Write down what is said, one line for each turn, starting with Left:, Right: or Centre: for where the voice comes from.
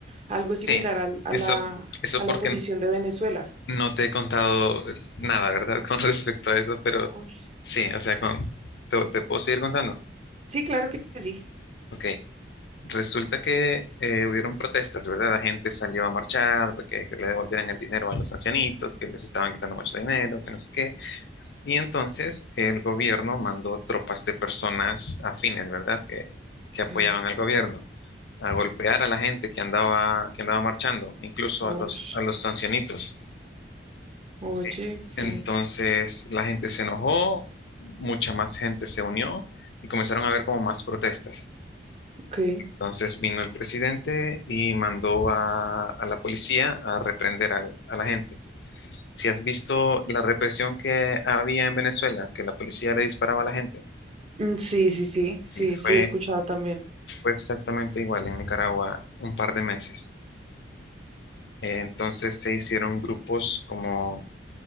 Right: Algo
Left: sí.
Right: similar al- a,
Left: Eso,
Right: la,
Left: eso
Right: a la
Left: porque
Right: posición de Venezuela.
Left: no te he contado nada, ¿verdad? <laughs> Con respecto a eso, pero
Right: Ush,
Left: sí, o sea, con, te, te puedo seguir contando.
Right: Sí, claro que sí.
Left: Ok. Resulta que eh, hubieron protestas, ¿verdad? La gente salió a marchar, que, que le devolvieran el dinero a los ancianitos, que les estaban quitando mucho dinero, que no sé qué. Y entonces el gobierno mandó tropas de personas afines, ¿verdad? Que, que apoyaban
Right: okay
Left: al gobierno, a golpear a la gente que andaba, que andaba marchando, incluso
Right: ush.
Left: a los, a los ancianitos.
Right: Oye,
Left: Sí.
Right: que
Left: Entonces la gente se enojó, mucha más gente se unió y comenzaron a haber como más protestas.
Right: Ok.
Left: Entonces vino el presidente y mandó a, a la policía a reprender al- a la gente. Si has visto la represión que había en Venezuela, que la policía le disparaba a la gente,
Right: Mm, Sí, sí, sí,
Left: Sí.
Right: sí,
Left: fue,
Right: sí, he escuchado también.
Left: fue exactamente igual en Nicaragua un par de meses. Eh, entonces se hicieron grupos como